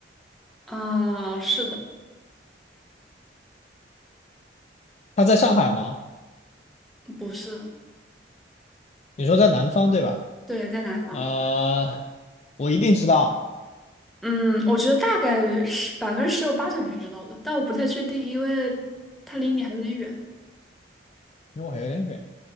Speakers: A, in the centre; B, on the left (about 40°).
A: 啊、是的，
B: 它在上海吗？
A: 不是，
B: 你说在南方对吧？
A: 对，在南方。
B: 呃，我一定知道，
A: 嗯，我觉得大概是百分之十有八九是知道的，但我不太确定，因为它离你还有点远。
B: 因为我还有点远。